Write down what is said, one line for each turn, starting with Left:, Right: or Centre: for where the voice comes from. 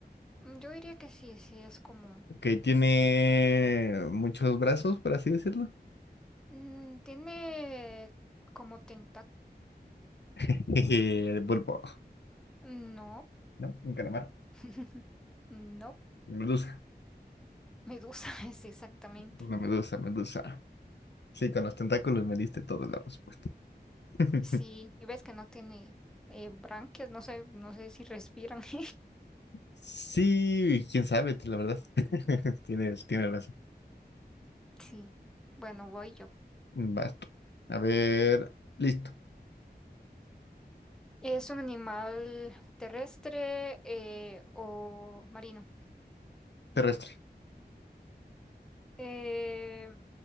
Centre: Mm, Yo diría que sí, sí es común.
Left: Ok, tiene muchos brazos, por así decirlo.
Centre: Mm, tiene como tentáculos.
Left: <laughs> Jeje, Pulpo.
Centre: No,
Left: ¿No? Un calamar.
Centre: <laughs> no,
Left: Medusa.
Centre: medusa <laughs> es exactamente.
Left: Una medusa, medusa. Sí, con los tentáculos me diste toda la respuesta. <laughs>
Centre: Sí, y ves que no tiene eh, branquias, no sé, no sé si respiran. <laughs>
Left: Sí, quién sabe, la verdad. <laughs> Tienes, tienes razón.
Centre: Sí, bueno, voy yo.
Left: Basto. A ver, listo.
Centre: ¿Es un animal terrestre eh, o marino?
Left: Terrestre.
Centre: Eh,